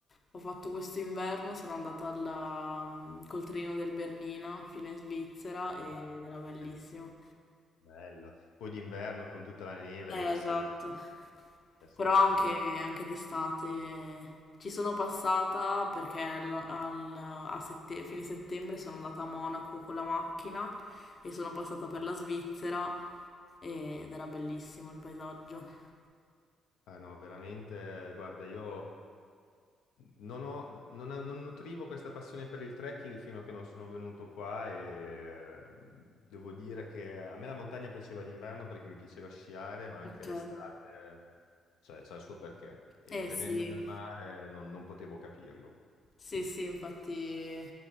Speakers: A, on the left; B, on the left.
A: ho fatto questo inverno, sono andata al, mm, col treno del Bernina fino in Svizzera ed
B: Ah,
A: era bellissimo.
B: bello, bello. Poi d'inverno con tutta la neve
A: Eh,
B: deve essere
A: esatto.
B: deve essere
A: Però
B: stato
A: anche, anche d'estate ci sono passata perché al- al- a, sette- a fine settembre sono andata a Monaco con la macchina e sono passata per la Svizzera ed era bellissimo il paesaggio.
B: Ah no, veramente, guarda, io non ho, non, ho- non nutrivo questa passione per il trekking fino a che non sono venuto qua e eh, devo dire che a me la montagna piaceva l'inverno perché mi piaceva sciare, ma anche
A: Ok.
B: l'estate, cioè, c'ha il suo perché. E
A: Eh
B: venendo
A: sì,
B: dal mare non non potevo capirlo.
A: sì, sì, infatti